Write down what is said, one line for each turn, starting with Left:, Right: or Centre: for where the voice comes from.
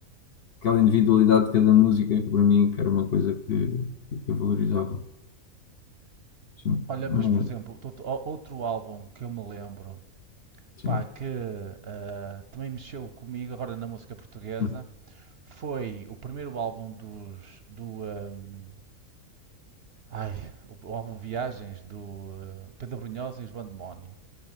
Left: aquela individualidade de cada música, que para mim que era uma coisa que, que eu valorizava. Sim,
Right: Olha,
Left: Hum,
Right: mas por exemplo, tot- o- outro álbum que eu me lembro,
Left: sim,
Right: pá, que ah, também mexeu comigo agora na música portuguesa,
Left: Hum,
Right: foi o primeiro álbum dos, do, ahm, ai, o, o álbum Viagens do ah, Pedro Brunhosa e os Bandemónio.